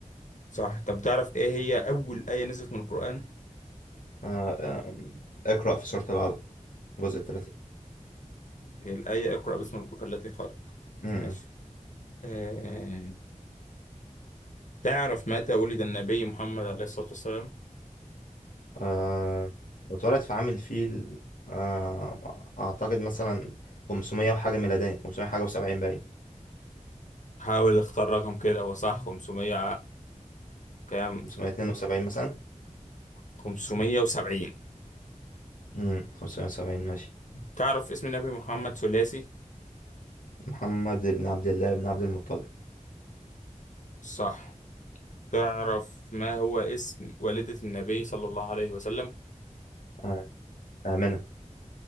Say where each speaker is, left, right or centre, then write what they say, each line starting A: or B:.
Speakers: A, on the left; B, on the left.
A: صح طب تعرف ايه هي اول آية نزلت من القرآن
B: آه، آه، اقرأ في سورة العلق الجزء الثلاثين
A: هي الآية اقرأ باسم ربك الذي خلق
B: امم
A: ماشي آه، تعرف متى ولد النبي محمد عليه الصلاة والسلام
B: آه، واتولد في عام الفيل آه، أعتقد مثلا 500 وحاجة ميلادين 500 حاجة وسبعين باين
A: حاول اختار رقم كده هو صح 500 كام
B: 572 مثلا
A: 570
B: امم 570 ماشي
A: تعرف اسم النبي محمد ثلاثي
B: محمد بن عبد الله بن عبد المطلب
A: صح تعرف ما هو اسم والدة النبي صلى الله عليه وسلم
B: آه، آمنة